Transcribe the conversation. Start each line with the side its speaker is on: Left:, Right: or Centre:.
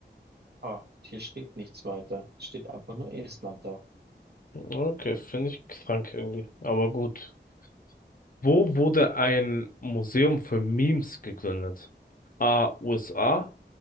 Right: ah, hier steht nichts weiter. Steht einfach nur Estland da.
Left: Okay, finde ich krank irgendwie. Aber gut. Wo wurde ein Museum für Memes gegründet? A. USA,